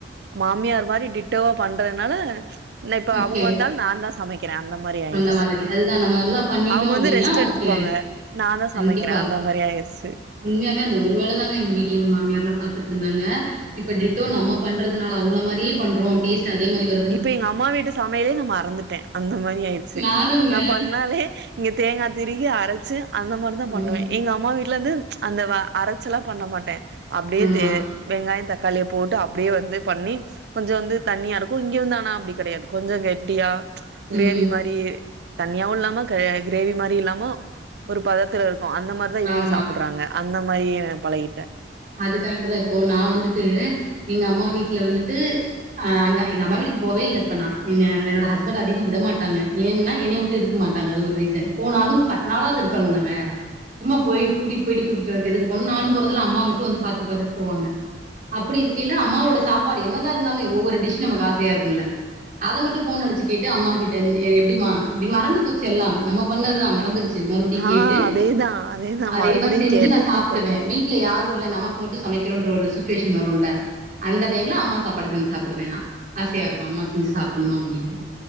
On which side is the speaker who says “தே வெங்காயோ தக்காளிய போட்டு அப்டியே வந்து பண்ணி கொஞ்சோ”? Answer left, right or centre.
Right